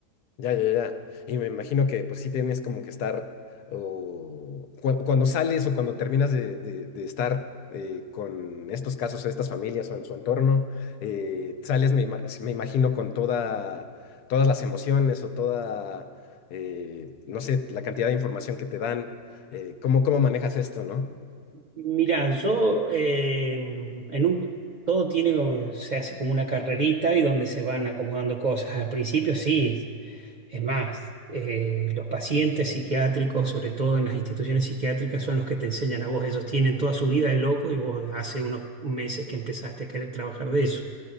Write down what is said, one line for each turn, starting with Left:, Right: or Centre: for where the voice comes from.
Left: ya, ya, ya. Y me imagino que pues sí tienes como que estar, o cuan- cuando, sales o cuando terminas de, de- de estar eh, con estos casos o estas familias o en su entorno, eh, sales, me, ima- me imagino, con toda, todas las emociones o toda, eh, no sé, la cantidad de información que te dan, eh, ¿cómo, cómo manejas esto, no?
Right: Mira, yo eh, en un todo tiene como- se hace como una carrerita y donde se van acomodando cosas. Al principio sí, Es más, eh, los pacientes psiquiátricos, sobre todo en las instituciones psiquiátricas, son los que te enseñan a vos. Ellos tienen toda su vida de loco y vos hace unos meses que empezaste a querer trabajar de eso.